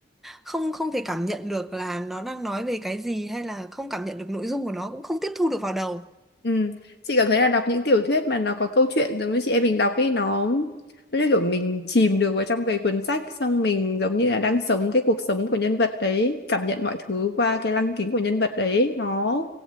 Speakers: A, in the centre; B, on the left.
A: không không thể cảm nhận được là nó đang nói về cái gì hay là không cảm nhận được nội dung của nó cũng không tiếp thu được vào đầu
B: Ừ. Chị cảm thấy là đọc những tiểu thuyết mà nó có câu chuyện giống như chị em mình đọc ý nó nó như kiểu mình chìm được vào trong cái cuốn sách xong mình giống như là đang sống cái cuộc sống của nhân vật đấy cảm nhận mọi thứ qua cái lăng kính của nhân vật đấy nó